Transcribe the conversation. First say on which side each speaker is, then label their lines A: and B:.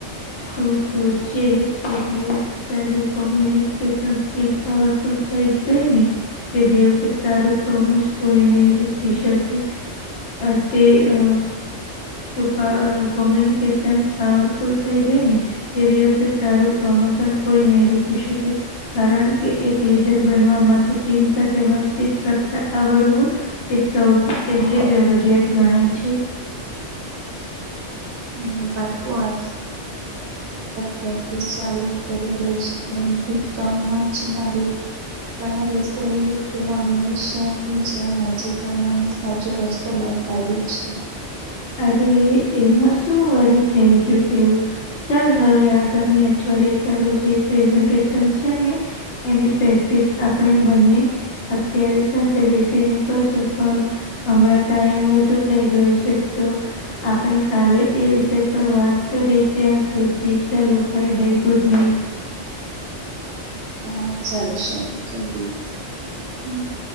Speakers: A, on the left (about 60°); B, on the right (about 75°).
A: તું જોજે જે દિવસ તારી કોમ્યુનિકેશન સ્કીલ પાવરફુલ થઈ ગઈ ને તે દિવસે તારું પ્રોમિસ કોઈ નહીં રોકી શકે. અ તે અ. તું કર કોમ્યુનિકેશન પાવરફુલ થઈ ગઈ ને. તે દિવસે તારુ પ્રમોશન કોઈ નહી રોકી શકે. કારણ કે એક લીડર બનવા માટે ટીમ સાથે વાતચીત કરતા આવડવું એ સૌથી પહેલી જરૂરિયાત ગણાય છે.
B: એકદમ પાકુ વાંચ. પ્રેક્ટિસ ચાલુ કરું દઉ છું. Thank you so much. જયારે. પણ આ વિશે તે હંમેશાની જેમ આજે પણ મને સાચો રસ તો બતાવ્યો છે.
A: અરે એમાં શું વળી થેન્ક યુ કેવું. ચાલ હવે આગામી અઠવાડિયે તારું જે પ્રેઝન્ટેશન છે ને એની પ્રેક્ટિસ આપણે બંને અત્યારે જ સાથે બેસીને કરશું પણ હમણાં ટાઈમ વધુ થઈ ગયો છે તો, આપણે કાલે એ વિષય પર વાત કરીએ ત્યાં સુધી ચાલો બાય-બાય ગુડ નાઈટ.
B: હા ચાલસે હું કરી દઈશ.
A: હમ્મ.